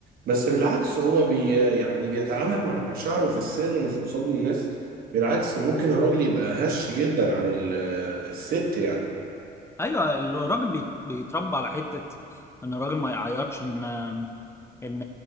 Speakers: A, on the right; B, on the left.
A: بس بالعكس هو بي... يعني بيتعامل مع مشاعره في السر مش قصاد الناس بالعكس ممكن الراجل يبقى هش جدا عن ال... الست يعني
B: ايوه الراجل بيت- بيتربى على حته ان الراجل ما يعيطش ان ان